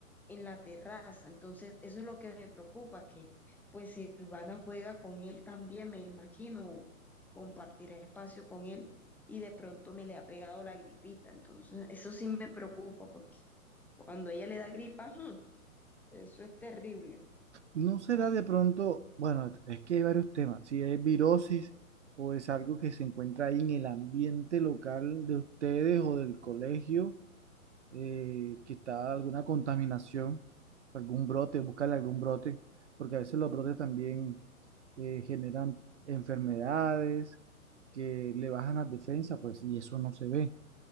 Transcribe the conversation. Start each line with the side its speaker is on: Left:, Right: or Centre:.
Centre: en la terraza. Entonces, eso es lo que me preocupa, que pues si Silvana juega con él también, me imagino, compartir espacio con él y de pronto me le ha pegado la gripita. Entonces, eso sí me preocupa porque cuando ella le da gripa, ¡ujú! eso es terrible.
Right: ¿No será de pronto, bueno, es que hay varios temas, si es virosis o es algo que se encuentra ahí en el ambiente local de ustedes o del colegio, eh, que está alguna contaminación, algún brote, buscarle algún brote, porque a veces los brotes también eh, generan enfermedades que le bajan las defensas, pues, y eso no se ve.